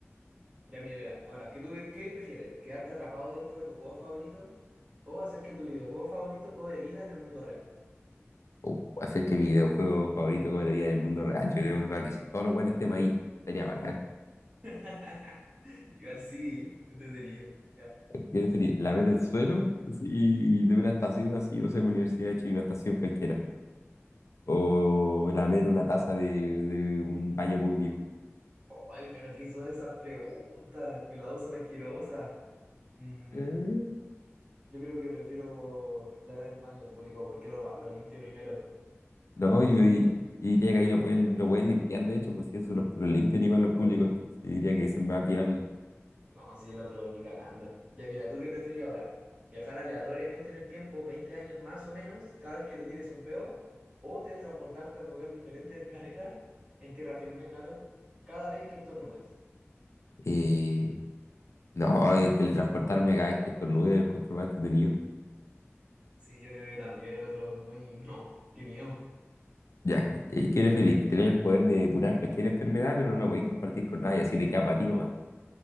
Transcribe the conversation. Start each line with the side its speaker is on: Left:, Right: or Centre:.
Right: Ya, mira, mira. Ahora, ¿qué, tú, qué prefieres? ¿Quedarte atrapado dentro de tu juego favorito o hacer que tu videojuego favorito cobre vida en el mundo real?
Left: O hacer que mi videojuego favorito cobre vida en el mundo real. Yo creo o sea, que todos los buenos estemos ahí. Sería bacán.
Right: <laughs> Igual sí, entretenido. Ya.
Left: Yo preferí la meta el suelo, así, de una estación así, no sé, universidad de Chile, una estación cualquiera. O lamer una taza de, de un baño público.
Right: Ay, pero ¿qué son esas preguntas? Que las dos son asquerosas. Mm,
Left: Eh.
Right: yo creo que prefiero lavar el baño público porque lo, lo limpio primero.
Left: No,
Right: No
Left: y,
Right: hay sin-
Left: y- y diría que ahí lo pueden, lo pueden limpiar, de hecho, pues si eso lo, lo limpian igual los
Right: tipo.
Left: públicos, entonces diría que eso es más viable.
Right: No, sí, el otro ni cagando. Ya mira, ¿tú qué preferís ahora? ¿Viajar aleatoriamente en el tiempo, 20 años más o menos, cada vez que te tires un peo? ¿O teletransportarte a un lugar diferente del planeta, en tierra firme, claro, cada vez que estornudes?
Left: Eh, no, eh, teletransportarme cada vez que estornude lo encuentro más entretenido.
Right: Sí, yo creo que también el otro es muy... <laughs> No, qué miedo.
Left: Ya, ¿y qué preferís? ¿Tener el poder de curar cualquier enfermedad, pero no lo podéis compartir con nadie, así te queda para ti nomás?